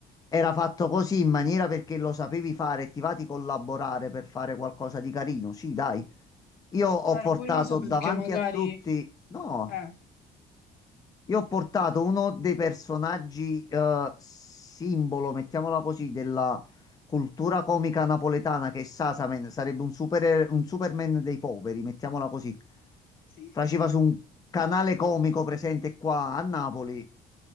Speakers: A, on the left (about 20°); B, on the left (about 65°).
A: era fatto così in maniera perché lo sapevi fare e ti va di collaborare per fare qualcosa di carino. Sì, dai. Io ho
B: No, ero
A: portato
B: curiosa perché
A: davanti
B: magari...
A: a tutti, no.
B: Eh,
A: Io ho portato uno dei personaggi eh, simbolo, mettiamola così, della cultura comica napoletana che è Sasamen, sarebbe un, super- un Superman dei poveri, mettiamola così.
B: sì.
A: Faceva su un canale comico presente qua a Napoli